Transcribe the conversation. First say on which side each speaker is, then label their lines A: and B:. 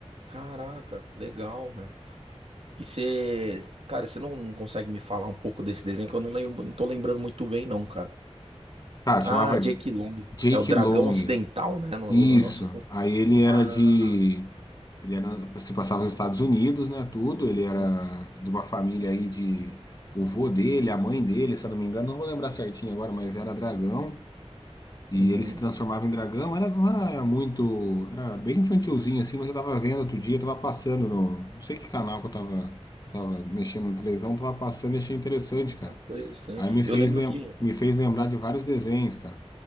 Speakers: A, on the right; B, on the left.
A: Caraca, legal, velho. E você, cara, você não, não consegue me falar um pouco desse desenho que eu não lembro, não tô lembrando muito bem, não, cara.
B: Cara, chamava
A: Ah, Jake Long.
B: Jake
A: É o Dragão
B: Long.
A: Ocidental, né? No,
B: Isso.
A: no negócio assim.
B: Aí ele era
A: Ah,
B: de ele era se passava nos Estados Unidos, né, tudo, ele
A: uhum,
B: era de uma família aí de o vô dele, a mãe dele, se eu não me engano, não vou lembrar certinho agora, mas era dragão. E
A: uhum.
B: ele se transformava em dragão. Era, não era muito. Era bem infantilzinho assim, mas eu tava vendo outro dia, eu tava passando no. Não sei que canal que eu tava, que eu tava mexendo na televisão, tava passando e achei interessante, cara.
A: Interessante.
B: Aí me fez,
A: Eu lembro
B: lem-
A: que,
B: me fez lembrar de vários desenhos, cara.